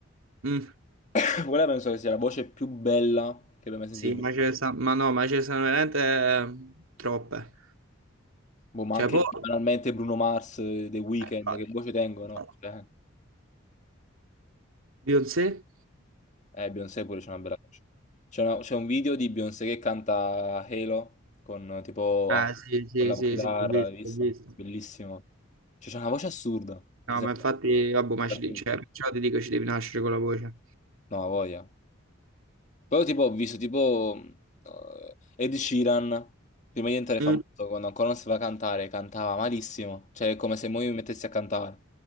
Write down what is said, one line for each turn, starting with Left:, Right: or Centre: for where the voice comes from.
Right: Mm.
Left: <laughs> Quella penso che sia la voce più bella che abbia mai sentito
Right: Sì,
Left: in
Right: ma
Left: vita
Right: ce
Left: mia.
Right: ne sa- ma no, ma ce ne sono veramente eh, troppe.
Left: Boh, ma
Right: Cioè,
Left: anche
Right: poi...
Left: banalmente Bruno Mars, eh, The Weeknd,
Right: eh, infatti.
Left: che voce tengono?
Right: infatti.
Left: Cioè,
Right: Beyoncé?
Left: eh, Beyoncé pure c'è una bella voce. C'è una- c'è un video di Beyoncé che canta Halo con eh, tipo
Right: Ah,
Left: ah,
Right: sì, sì,
Left: con la
Right: sì,
Left: chitarra,
Right: sì, ho visto,
Left: hai visto?
Right: ho visto.
Left: Bellissimo. Cioè, c'è una voce assurda. Cioè,
Right: No, ma
Left: sembra
Right: infatti, vabbè, ma
Left: sembra
Right: ci, de-
Left: finta.
Right: cioè, perciò ti dico, ci devi nascere con la voce.
Left: No, ha voglia. Però tipo ho visto tipo eh, Ed Sheeran, prima di diventare
Right: Mm.
Left: famoso, quando ancora non sapeva cantare, cantava malissimo. Cioè, è come se mo io mi mettessi a cantare.